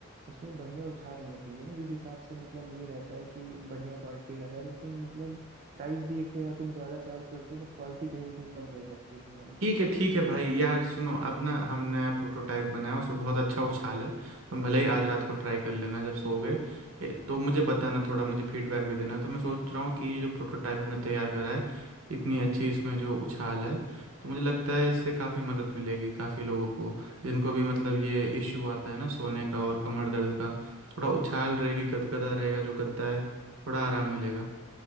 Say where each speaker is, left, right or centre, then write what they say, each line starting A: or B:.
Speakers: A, on the right; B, on the right.
A: उसमें बढ़िया उछाल होना चाहिए ना जिस हिसाब से मतलब ये रहता है कि बढ़िया क्वालिटी का है लेकिन मतलब प्राइस भी एक तो यार तुम ज्यादा चार्ज करते हो बट क्वालिटी कहीं ना कहीं कम रह जाती है तुम्हारी।
B: ठीक है ठीक है भाई यार सुनो अब ना हम नया प्रोटोटाइप बनाया उसमें बहुत अच्छा उछाल है तुम भले ही आज रात को ट्राई कर लेना जब सोओगे ए, तो मुझे बताना थोड़ा मुझे फीडबैक भी देना तो मैं सोच रहा हूँ कि जो प्रोटोटाइप हमने तैयार करा है इतनी अच्छी इसमें जो उछाल है तो मुझे लगता है इससे काफ़ी मदद मिलेगी काफ़ी लोगों को जिनको भी मतलब ये इश्यू आता है ना सोने का और कमर दर्द का थोड़ा उछाल रहेगी गदगदा रहेगा जो गद्दा है थोड़ा आराम मिलेगा